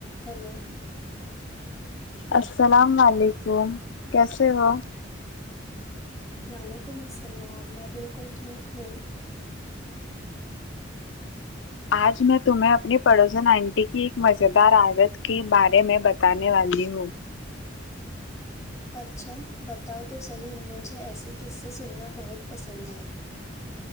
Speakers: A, on the left; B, on the left.
A: hello
B: السلام وعلیکم کیسے ہو
A: وعلیکم السلام میں بالکل ٹھیک ہوں
B: آج میں تمہیں اپنی پڑوسن آنٹی کی ایک مزیدار عادت کے بارے میں بتانے والی ہوں
A: اچھا بتاؤ تو صحیح مجھے ایسے قصے سننا بہت پسند ہے